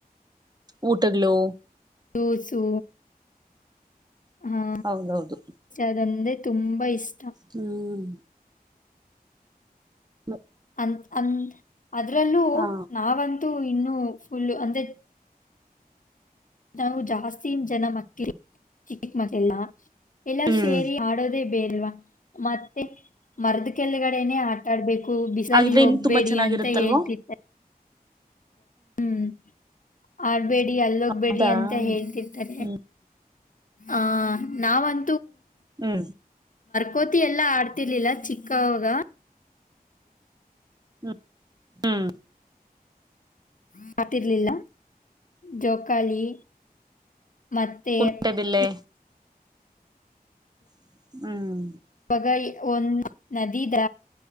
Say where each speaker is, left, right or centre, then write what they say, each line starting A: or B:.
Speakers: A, on the right; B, on the left.
A: ಊಟಗಲೋ
B: ಜ್ಯೂಸು ಹಾ
A: ಹೌದೌದು
B: ಅದಂದೆ ತುಂಬಾ ಇಷ್ಟ
A: ಹ್ಮ್ ಮ
B: ಒಂದ ಕೊಂದು ಅದ್ರಲ್ಲೂ
A: ಹಾ
B: ನಾವಂತೂ ಇನ್ನು ಫುಲ್ಲ ಅಂದೆ ನಾವು ಜಾಸ್ತಿ ಜನ ಮಕ್ಕಳು ಚಿಕ್ಕ ಮಗಳ ನಾ ಎಲ್ಲರೂ
A: ಹ್ಮ್
B: ಸೇರಿ ಆಡೋದೆೇ ಬೇಲ್ವಾ ಮತ್ತ ಮರದ ಕೆಳಗಡೆನೆ ಆ ಸುತ್ತಾಡಬೇಕು ಹೂ ಬಿಸಲ
A: ಹಾಗಿದ್ರೆ
B: ಅಲ್ಲಿ ಹೋಗ್ಬೇಡಿ
A: ಇನ್ನು ತುಂಬಾ ಚೆನ್ನಾಗಿರುತ್ತಲ್ವಾ
B: ಅಂತ ಹೇಳ್ತತಿತ್ತು ಹ್ಮ್ ಆ ಬೆಡ್ ಬಿಡಿ ಅಲ್ಲೋಗ್ಬೇಡ್ರಿ
A: ಹೌದಾ
B: ಅಂತ ಹೇಳ್ತಿರ್ತಾರೆ.
A: ಹ್ಮ್
B: ಆ ನಾವಂ
A: ಹುಂ
B: ಕೋತಿ ಎಲ್ಲಾ ಆಡ್ತಿರ್ಲಿಲ್ಲ ಚಿಕ್ಕವಾಗ.
A: ಹುಂ ಹುಂ
B: ಮಾಡ್ತಿರ್ಲಿಲ್ಲ ಜೋಕ್ ಕಳಿ ಮತ್ತೆ
A: ಕುಂಟೆಬಿಲ್ಲೆ
B: ಇಪ್
A: ಹುಂ
B: <unintelligible> ಒಂದ್ ನದಿ ದ